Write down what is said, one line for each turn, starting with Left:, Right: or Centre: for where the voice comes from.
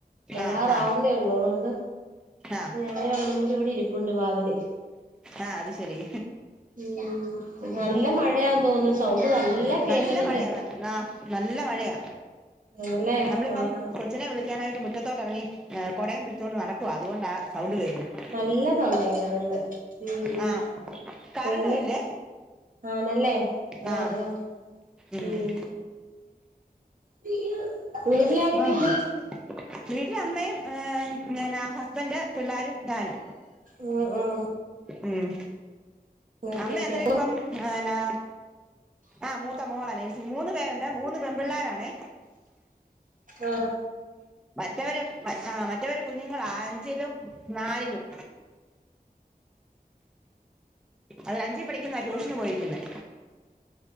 Right: വരാറാവുന്നേ
Centre: ആഹ് ആഹ്
Right: ഉള്ളൂ അതുകൊണ്ട്
Centre: ആഹ്
Right: ഞാനും അവനും കൂടി ഇവിടെ ഇരിപ്പുണ്ട് വാതില്
Centre: ആഹ് അത് ശരി
Right: ഉം നല്ല മഴയാ തോന്നുന്നു സൗണ്ട് നല്ല കേക്കുന്നുണ്ട്
Centre: നല്ല മഴെയാണ് ആഹ് നല്ല മഴെയാ
Right: ആണല്ലേ
Centre: നമ്മളിപ്പം
Right: ആഹാ
Centre: കൊച്ചിനെ വിളിക്കാനായിട്ട് മുറ്റത്തോട്ട് ഇറങ്ങി ഏഹ് കുടയും പിടിച്ചുകൊണ്ട് നടക്കുവ അത് കൊണ്ടാ സൗണ്ട് കേൾക്കുന്നത്
Right: നല്ല സൗണ്ട് കേക്കുന്നുണ്ട് ഉം ഉം
Centre: ആ കറണ്ടും
Right: പിന്നെ
Centre: ഇല്ലേ
Right: ആണല്ലേ ആഹ്
Centre: ആ
Right: ആഹ്
Centre: ഉം
Right: മ്മ് പിന്നെ വീട്ടിലാരൊക്കെണ്ട്?
Centre: <unintelligible> വീട്ടില് അമ്മയും ഏഹ് എന്നാ ഹസ്ബന്ഡ് പിള്ളാരും ഞാനും
Right: ഉം ആഹ്
Centre: മ്മ്
Right: ഓക്കെ
Centre: അമ്മ
Right: ഓക്കെ
Centre: അന്നേരം ഇപ്പം ഏഹ് എന്നാ ആഹ് മൂത്ത മോളാ നേഴ്സിംഗ് മൂന്ന് പേരുണ്ട് മൂന്ന് പെൺപിള്ളോരാണെ
Right: ആഹ്
Centre: മറ്റവര് ആഹ് മറ്റവര് കുഞ്ഞുങ്ങളാ അഞ്ചിലും നാലിലും അതിൽ അഞ്ചിൽ പഠിക്കുന്നതാ ട്യൂഷന് പോയിരിക്കുന്നേ